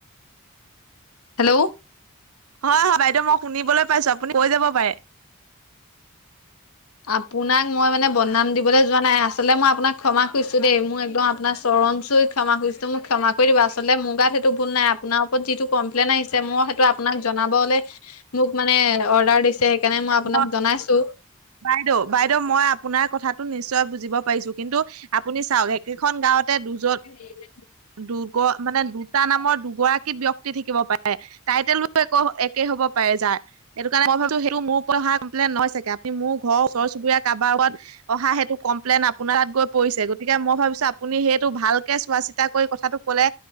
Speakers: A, on the left; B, on the right.
A: হেল্ল'
B: হয় -হয় বাইদেউ মই শুনিবলৈ পাইছো আপুনি কৈ যাব পাৰে।
A: আপোনাক মই মানে বদনাম দিবলৈ যোৱা নাই আচলতে মই আপোনাক ক্ষমা খুইছোঁ দেই মোৰ একদম আপোনাৰ চৰণ চুই ক্ষমা খুজিছো মই ক্ষমা কৰি দিব আচলতে মোৰ গাত সেইটো ভুল নাই আপোনাৰ ওপৰত যিটো কম্লেইন আহিছে মই সেইটো আপোনাক জনাবলে মোক মানে অৰ্ডাৰ দিছে সেইকাৰণে মই
B: হয়
A: আপোনাক জনাইছোঁ।
B: বাইদেউ -বাইদেউ মই আপোনাৰ কথাটো নিশ্চয় বুজিব পাৰিছো কিন্তু আপুনি চাওঁক একেখন গাঁওতে দুজন
A: আহিলে
B: দুগ মানে দুটা নামৰ দুগৰাকী ব্যক্তি থাকিব পাৰে টাইটেল বোৰ একো একেই হব পাৰে যাৰ এইটো কাৰে মই ভাবছো সেইটো মোৰ ও অহা কমপ্লেইন নহয় চাগে আপুনি মোৰ ঘৰ ওচৰ চবুৰীয়া কাৰোবা ওপৰত অহা সেইটো কম প্লেন আপোনাৰ তাত গৈ পৰিছে গতিকে মই ভাবছোঁ আপুনি সেইটো ভালকৈ চোৱা চিতা কৰি কথাটো কলে